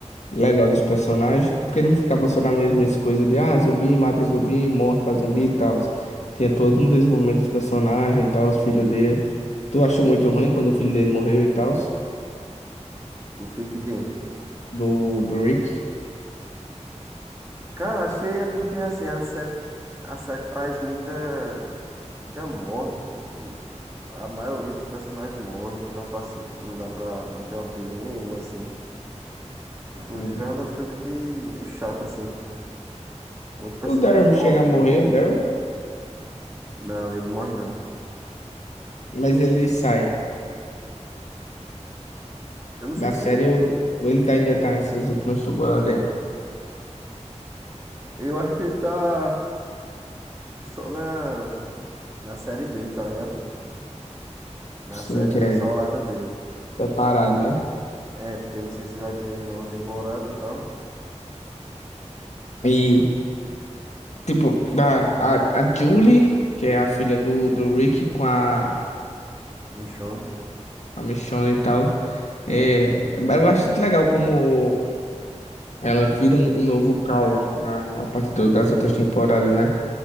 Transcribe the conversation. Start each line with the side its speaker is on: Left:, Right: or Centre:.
Left: legal dos personagens, porque não ficava só na mesma coisa de ah, zumbi mata zumbi, morre pra zumbi e tal. Tinha todo um desenvolvimento dos personagens e tal, os filhos dele. Tu achou muito ruim quando o filho dele morreu e tal,
Right: O filho de quem?
Left: do, do Rick?
Right: Cara, achei é porque assim, a série, a série traz muita, muita morte, tipo, a maioria dos personagens morre, não dá pra, se- não dá pra, pra ter apego nenhum, assim. Inclusive
Left: Uhum.
Right: é uma das coisas que meio chata, assim. Muito personagem
Left: O Daryl
Right: importante.
Left: chega a morrer, o Daryl,
Right: Não, ele morre não.
Left: mas ele sai
Right: Eu não sei
Left: da
Right: se.
Left: série, ou ou ele tá, ainda tá nessas últimas temporadas aí.
Right: Eu acho que ele tá só na, na série dele, tá ligado? Na
Left: Sim,
Right: série
Left: que é
Right: isolada dele.
Left: separado, né?
Right: É, porque eu não sei se vai ter nova temporada e tal.
Left: E, tipo, da, a, a Julie, que é a filha do, do Rick com a,
Right: Michonne.
Left: a Michonne e tal. É, é bastante legal como ela vira um, um novo Carl na, na parte do- das outras temporadas, né?